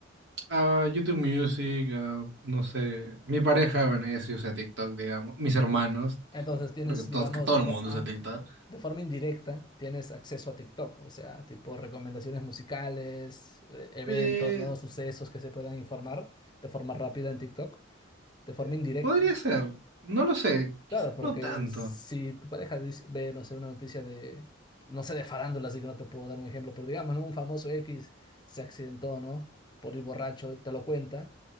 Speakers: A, on the right (about 60°); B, on the left (about 20°).
A: Ah, YouTube Music, ah, no sé. Mi pareja, bueno, ella sí usa TikTok, digamos. Mis hermanos
B: Entonces
A: usan TikTok.
B: tienes,
A: Creo que todos,
B: digamos,
A: que todo
B: de
A: el
B: forma,
A: mundo usa TikTok.
B: de forma indirecta, tienes acceso a TikTok, o sea, tipo recomendaciones musicales, eh, eventos,
A: Eh,
B: ¿no? Sucesos que se puedan informar de forma rápida en TikTok, de forma
A: eh,
B: indirecta.
A: podría ser, no lo sé, quizás
B: Claro, porque
A: no tanto.
B: si tu pareja dice- ve, no sé, una noticia de, no sé, de farándula, así que no te puedo dar un ejemplo, pero digamos, ¿no? Un famoso X se accidentó, ¿no? Por ir borracho, te lo cuenta.